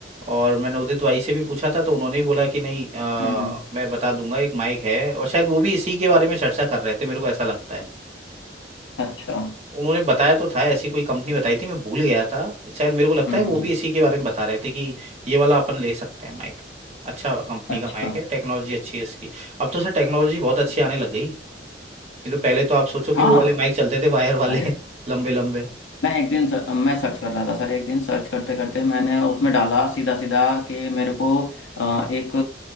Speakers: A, on the right; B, on the left.
A: और मैंने उदित भाई से भी पूछा था तो उन्होंने भी बोला कि नहीं अ,
B: हम्म हम्म,
A: मैं बता दूंगा एक माइक है और शायद वो भी इसी के बारे में चर्चा कर रहे थे मेरे को ऐसा लगता है
B: अच्छा
A: उन्होंने बताया तो था ऐसी कोई कंपनी बताई थी मैं भूल गया था शायद मेरे को लगता
B: हम्म
A: है वो
B: हम्म,
A: भी इसी के बारे में बता रहे थे कि ये वाला अपन ले सकते हैं माइक अच्छा कंपनी
B: अच्छा
A: का माइक है टेक्नोलॉजी अच्छी है इसकी अब तो सर टेक्नोलॉजी बहुत अच्छी
B: हम्म।
A: आने लग गई नहीं तो पहले तो आप सोचो कि
B: हाँ
A: वो वाले माइक चलते थे वायर वाले
B: अरे
A: <laughs> लंबे लंबे
B: मैं एक दिन सर, मैं सर्च कर रहा था सर एक दिन सर्च करते करते मैंने उसमें डाला सीधा सीधा कि मेरे को अ, एक